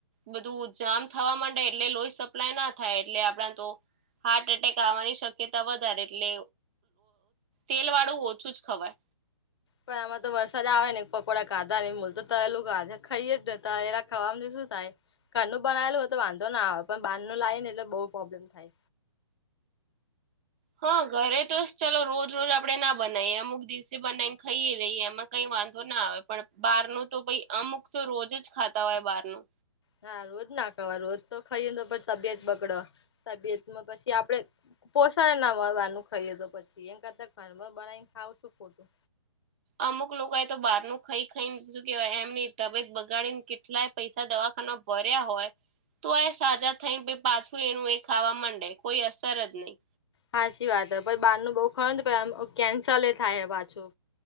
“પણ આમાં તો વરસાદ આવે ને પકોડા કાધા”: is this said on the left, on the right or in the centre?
Left